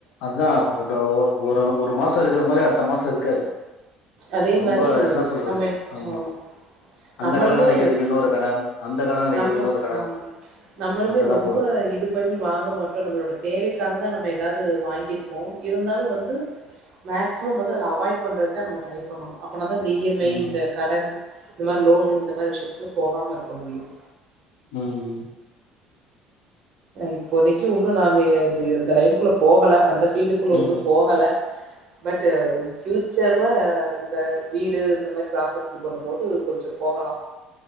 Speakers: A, on the left; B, on the right.
A: அதா இப்ப ஒரு ஒரு ஒரு மாச இருக்கற மாரி அடுத்த மாச இருக்காது
B: அதே
A: ரொம்ப
B: மாரி
A: என்ன சொல்றது
B: நம்ம
A: ஆமா
B: ஆஹ் ம்
A: அந்த
B: நம்மளுமே
A: கடன் அடைக்கிறதுக்கு இன்னொரு கடன் அந்த கடன் அடைக்கிறதுக்கு
B: நம்ம
A: இன்னொரு கடன்
B: ஆஹ்ம் நம்மளுமே
A: அப்டிதா
B: ரொம்ப
A: போகுது
B: இது பண்ணி வாங்க மாட்டோ நம்ளோட தேவைக்காகதா நம்ம எதாவது வாங்கிருப்போ இருந்தாலும் வந்து மேக்சிமம் வந்து அத அவாய்ட் பண்றதா நம ட்ரை பண்ணனு அப்பனாதா இந்த இஎம்ஐ
A: ம்
B: இந்த கடன் இந்த மாரி லோனு இந்த மாரி விஷயத்துக்குள்ள போகாம இருக்க முடியும்
A: உஹம்
B: இப்போதைக்கு ஒன்னு நாங்க அது அந்த லைன்குள்ள போகல அந்த ஃபீல்டுக்குள்ள
A: ம்
B: ஒன்னு போகல பட் ஃபியூச்சர்ல இந்த வீடு இந்த மாரி ப்ராசஸ் இது பண்ணு போது கொஞ்சோ போகலா